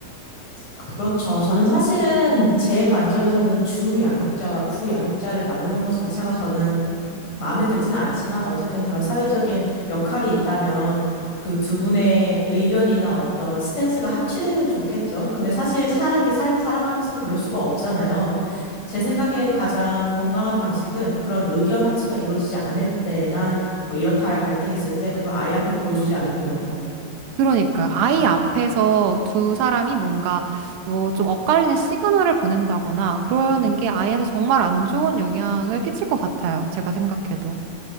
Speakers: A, on the left (about 45°); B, on the right (about 85°).
A: 그렇죠. 저는 사실은 제 관점에서는 주 양육자와 부 양육자를 나누는 것 자체가 저는 마음에 들지는 않지만 어쨌든 그런 사회적인 역할이 있다면 그 두 분의 의견이나 어떤 스탠스가 합치되면 좋겠죠. 근데 사실 사람이 삶을 살아가면서 그럴 수가 없잖아요. 제 생각에 가장 건강한 방식은 그런 의견 합치가 이루어지지 않을 때나 뭐 이렇다 할 갈등이 있을 때 그걸 아이 앞에서 보여주지 않는 거예요.
B: 그러니까 아이 앞에서 두 사람이 뭔가 뭐 좀 엇갈리는 시그널을 보낸다거나 그러는 게 아이한테 정말 안 좋은 영향을 끼칠 것 같아요. 제가 생각해도.